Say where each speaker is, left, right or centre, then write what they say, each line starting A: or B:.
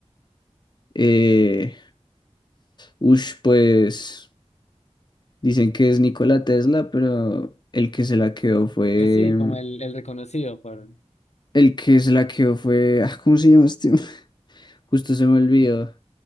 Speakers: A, on the left; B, on the left.
A: Eh, ush, pues dicen que es Nikola Tesla, pero el que se la quedó fue...
B: Pues sí, como el, el reconocido por...
A: El que se la quedó fue... ah, ¿Cómo se llama este? <laughs> Justo se me olvidó.